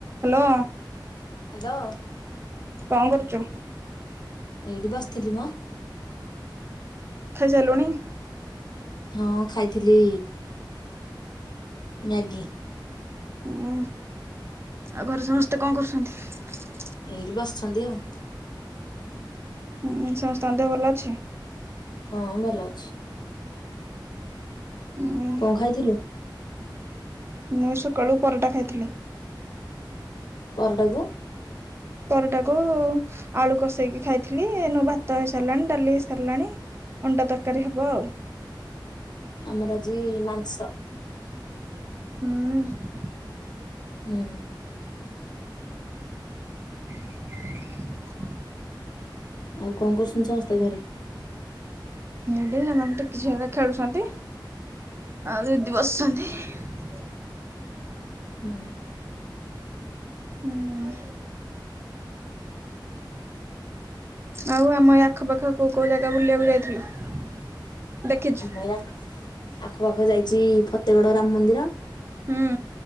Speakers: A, on the right; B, on the left.
A: Hello.
B: Hello.
A: କଣ କରୁଚ?
B: ଏଇଠି ବସିଥିଲି ମ।
A: ଖାଇ ସାଇଲୁଣି?
B: ହଁ ଖାଇଥିଲି ମ୍ୟାଗୀ।
A: ହୁଁ ଆଉ ଘରେ ସମସ୍ତେ କଣ କରୁସନ୍ତି?
B: ଏଇଠି ବସିଛନ୍ତି ଆଉ।
A: ହୁଁ ସମସ୍ତ ଦେହ ଭଲ ଅଛି?
B: ହଁ ଭଲ ଅଛି।
A: ହୁଁ।
B: କଣ ଖାଇଥିଲୁ?
A: ମୁଇଁ ସକାଳୁ ପରଟା ଖାଇଥିଲି।
B: ପରଟାକୁ?
A: ପରଟାକୁୁ ଆଳୁ କଷେଇକି ଖାଇଥିଲି। ଏଇନୁ ଭାତ ହେଇସାରିଲାଣି ଡାଲି ହେଇସାରିଲାଣି। ଅଣ୍ଡା ତରକାରୀ ହବ ଆଉ।
B: ଆମର ଆଜି ମାଂସ।
A: ଉଁ।
B: ହୁଁ।
A: <inaudible>
B: ଆଉ କଣ କରୁଚନ୍ତି ସମସ୍ତେ ଘରେ?
A: ହେଇଠି ସେମାନେ ଟିକି ଝିଅ ହେରିକା ଖେଳୁଚନ୍ତି। ଆଉ ଦିଦି ବସଚନ୍ତିହିଁ।
B: ହୁଁ।
A: ହୁଁ। ଆଉ ଆମ ଏ ଆଖ ପାଖ କୋଉ କୋଉ ଜାଗା ବୁଲିବାକୁ ଯାଇଥିଲୁ। ଦେଖିଛୁ?
B: ଆମ ଏ ଆଖ ଆଖପାଖ ଯାଇଚି ଫତେଗଡ ରାମ ମନ୍ଦିର
A: ହୁଁ।